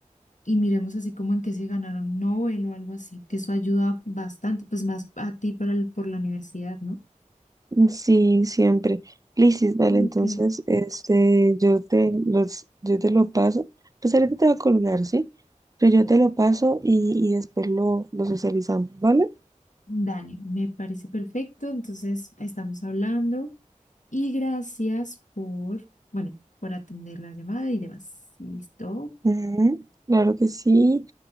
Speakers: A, on the left (about 70°); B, on the right (about 25°).
A: y miremos así como en qué se ganaron un Nobel o algo así, que eso ayuda bastante, pues, más a ti para el- por la universidad, ¿no?
B: Sí, siempre. Lisis, dale,
A: Ah,
B: entonces,
A: Ok.
B: este, yo te los, yo te lo paso. Pues ahorita te va a colgar, ¿sí? Pero yo te lo paso y, y después lo, lo socializamos, ¿vale?
A: Dale, me parece perfecto. Entonces, estamos hablando. Y gracias por, bueno, por atender la llamada y demás. ¿Listo?
B: Ujú, Claro que sí.